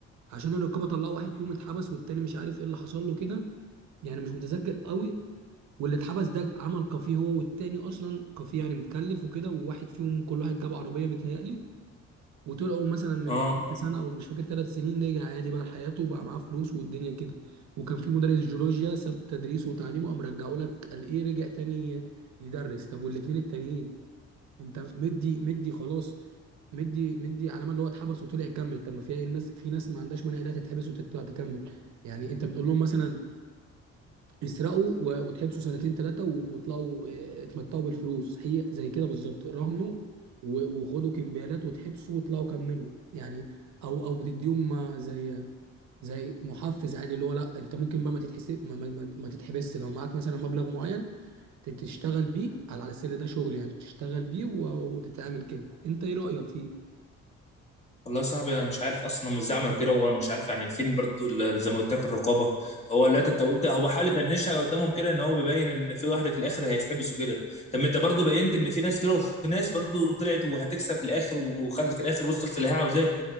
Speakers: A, on the right; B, on the left.
A: عشان الرقابه طلعوا واحد فيهم اتحبس والتاني مش عارف ايه اللي حصل له كده يعني مش متذكر قوي واللي اتحبس ده عمل كافيه هو والتاني اصلا كافيه يعني متكلف وكده وواحد فيهم كل واحد جاب عربيه متهيألي وطلعوا مثلا من
B: اه
A: ألف سنه او مش فاكر ثلاث سنين رجع عادي بقى لحياته وبقى معاه فلوس والدنيا كده وكان في مدرس جيولوجيا ساب تدريسه وتعليمه قام رجعه لك قال ايه رجع تاني يدرس طب والاثنين التانيين انت مدي مدي خلاص مدي مدي علامه اللي هو اتحبس وطلع يكمل طب ما فيها ايه الناس في ناس ما عندهاش مانع انها تتحبس وتطلع تكمل يعني انت بتقول لهم مثلا تسرقوا و- وتحبسوا سنتين ثلاثة وتلاقوا آه، اتمتعوا بالفلوس هي زي كده بالظبط راهنوا و- وخدوا كمبيالات وتحبسوا وتلاقوا كملوا يعني او او بتديهم آه، زي زي محفز عادي اللي هو لا انت ممكن بقى ما تتحسب ما, ما, ما ما تتحبس لو معاك مثلا مبلغ معين ت- تشتغل بيه على على السل ده شغل يعني تشتغل بيه و- وتتعامل كده انت ايه رأيك فيه؟
B: والله يا صاحبي انا مش عارف اصلا هم ازاي عملوا كده هو مش عارف يعني فين برضو ال- زي ما قلت لك الرقابه هو لا انت قلت هو حاول يفنشها قدامهم كده ان هو بيبين ان في واحده في الاخر هيتحبس وكده طب ما انت برضو بينت ان في ناس كده وفي ناس برضو طلعت وهتكسب في الاخر وخدت في الاخر وصلت اللي هي عاوزاه